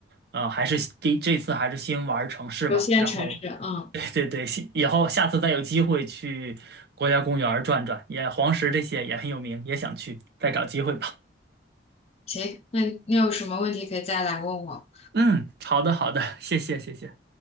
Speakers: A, on the right (about 60°); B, on the left (about 35°).
A: 呃，还是第这次还是先玩城市吧，
B: 有限城市，
A: 然后
B: 嗯，
A: <laughs> 对对对，先以后下次再有机会去国家公园儿转转，也黄石这些也很有名，也想去，再找机会吧。
B: 行，那你有什么问题可以再来问我。
A: 嗯，好的好的，谢谢谢谢。